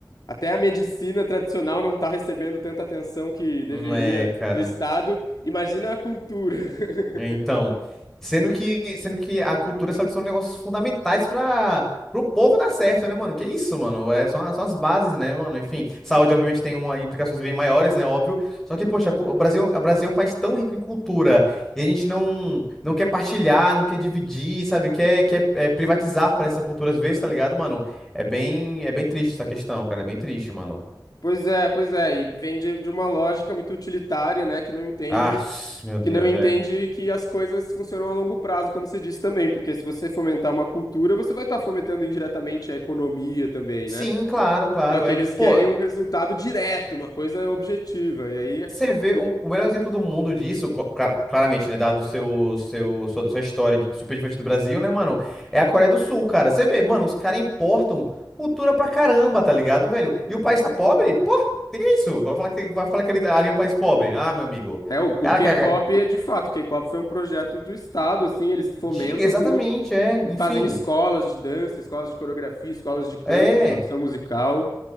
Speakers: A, on the left; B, in the centre.
A: até a medicina tradicional não está recebendo tanta atenção que deveria
B: Hum, É, cara.
A: do Estado, imagina a cultura. <laughs>
B: É, então, sendo que, sendo que a cultura e a saúde são negócios fundamentais para o povo dar certo, né, mano? Que isso, mano? É, são, a- são as bases, né, mano? Enfim, saúde obviamente tem uma, implicações bem maiores, né, óbvio. Só que, poxa, cu- o Brasil, o Brasil é um país tão rico em cultura e a gente não, não quer partilhar, não quer dividir, sabe? Quer, quer é, privatizar para essa cultura às vezes, tá ligado, mano? É bem, é bem triste essa questão, cara, é bem triste, mano.
A: Pois é, pois é, e vem de, de uma lógica muito utilitária, né, que não entende,
B: Ah, meu Deus,
A: que não entende
B: é.
A: que as coisas funcionam a longo prazo, como você disse também, porque se você fomentar uma cultura, você vai estar fomentando indiretamente a economia também,
B: Sim,
A: né?
B: claro, claro,
A: Só que
B: é.
A: eles
B: Pô,
A: querem um resultado direto, uma coisa objetiva, e aí é
B: Você
A: complicado.
B: vê o, o melhor exemplo do mundo disso, cl- clara- claramente, né? Dado o seu, seu, sua, sua história de- super diferente do Brasil, né, mano? É a Coreia do Sul, cara. Você vê, mano, os caras importam cultura pra caramba, tá ligado, velho? E o país tá pobre? Pô, teria isso. Vai falar que, vai falar que ali, ali é um país pobre. Ah, meu amigo.
A: É, o, o
B: Cara,
A: K-pop
B: que- é,
A: é de fato, o K-pop foi um projeto do Estado, assim, eles fomentam
B: diga exatamente,
A: muito.
B: é. Enfim.
A: Eles fazem escolas de dança, escolas de coreografia, escolas de canto,
B: É.
A: de produção musical.